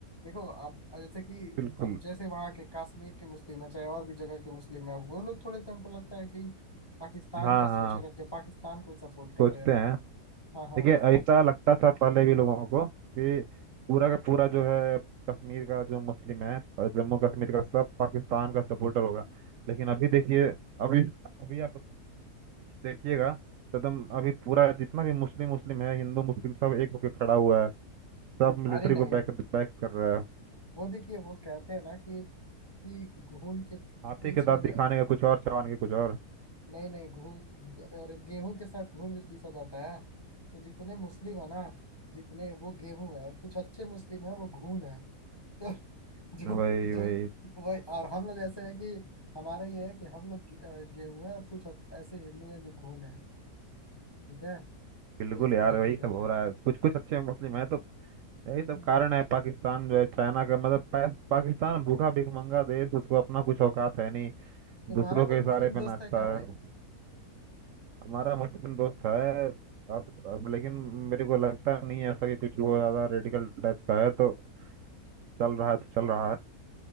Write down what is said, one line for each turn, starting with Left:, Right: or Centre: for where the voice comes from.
Left: देखो अब जैसे कि
Right: बिल्कुल
Left: अब जैसे वहाँ के कश्मीर के मुस्लिम है चाहे और भी जगह के मुस्लिम है वो लोग थोड़े से हमको लगता है कि पाकिस्तान
Right: हाँ
Left: का सोचे
Right: हाँ
Left: रखते हैं पाकिस्तान को ही सपोर्ट करते
Right: सोचते
Left: हैं
Right: हैं
Left: हाँ
Right: देखिए
Left: हाँ अब
Right: ऐसा लगता था पहले भी लोगों को कि पूरा का पूरा जो है कश्मीर का जो मुस्लिम है और जम्मू कश्मीर का सब पाकिस्तान का सपोर्टर होगा लेकिन अभी देखिए अभी अभी आप देखिएगा तो एकदम अभी पूरा जितना भी मुस्लिम मुस्लिम है हिंदू मुस्लिम सब एक होकर खड़ा हुआ है सब मिलिट्री
Left: अरे नहीं
Right: को बैक बैक कर रहा है
Left: वो देखिए वो कहते हैं ना कि कि घून के बीच
Right: हाथी के
Left: में
Right: दांत दिखाने का कुछ और चबाने के कुछ और
Left: नहीं नहीं घूम अरे गेहूं के साथ घून भी पीसा जाता है तो जितने मुस्लिम है ना जितने वो गेहूं है कुछ अच्छे मुस्लिम है वो घून है तो जो
Right: वही
Left: जो
Right: वही
Left: वही और हम लोग ऐसे है कि हमारा ये है कि हम लोग गे- अ, गेहूं है और कुछ ऐसे हिंदू हैं जो घून है ठीक है तो
Right: बिल्कुल
Left: इस
Right: यार
Left: तरह
Right: वही
Left: के से
Right: सब
Left: होते
Right: हो
Left: हैं
Right: रहा है कुछ कुछ अच्छे मुस्लिम है तो यही सब
Left: हम्म,
Right: कारण है पाकिस्तान जो है चाइना का मतलब पा, पाकिस्तान भूखा भिखमंगा देश उसको अपना कुछ औकात है नहीं
Left: तुम्हारा
Right: दूसरों के
Left: कोई
Right: इशारे
Left: मुस्लिम
Right: पे
Left: दोस्त
Right: नाचता
Left: है क्या
Right: है
Left: भाई
Right: हमारा मुस्लिम दोस्त है अब अब लेकिन मेरे को लगता नहीं है ऐसा कि कुछ वो ज्यादा रेडिकल टाइप का है तो चल रहा है तो चल रहा है